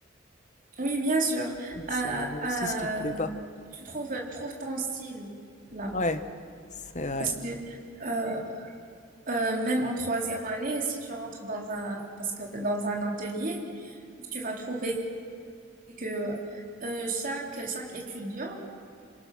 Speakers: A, on the right (about 40°); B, on the left (about 35°).
A: oui bien sûr
B: et savoir
A: Euh,
B: aussi
A: euh,
B: ce qui te plaît pas.
A: tu trouves tu trouves ton style là
B: Ouais, c'est vrai.
A: parce que euh, euh, même en troisième année si tu rentres dans un parce que dans un atelier tu vas trouver que euh, chaque chaque étudiant